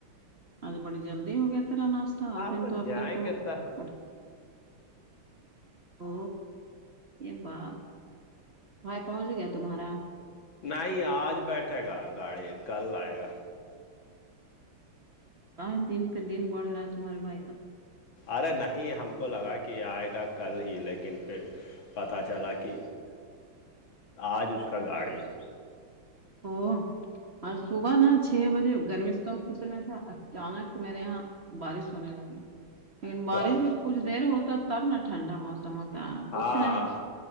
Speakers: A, on the right; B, on the left.
A: آج بڑی جلدی ہو گیا تیرا ناشہ
B: ہاں
A: آپ نے تو ابھی
B: جائیں
A: تک تو
B: گے سر
A: اٹھ او یہ بات بھائی پہنچ گیا تمہارا
B: نہیں آج بیٹھے گا گاڑی کل آئے گا
A: ہاں دن پہ دن بڑھ رہا ہے تمہارے بھائی کا
B: ارے نہیں ہم کو لگا کہ آئے گا کل ہی لیکن پھر پتہ چلا کہ آج اس کا گاڑی ہے
A: او آج صبح نا چھ بجے گرمی سے تو اتنا تھا اچانک سے میرے یہاں بارش ہونے لگی لیکن بارش
B: واہ،
A: بھی کچھ دیر ہوتا تب نا ٹھنڈا موسم ہوتا کچھ
B: ہاں
A: نہیں
B: ہاں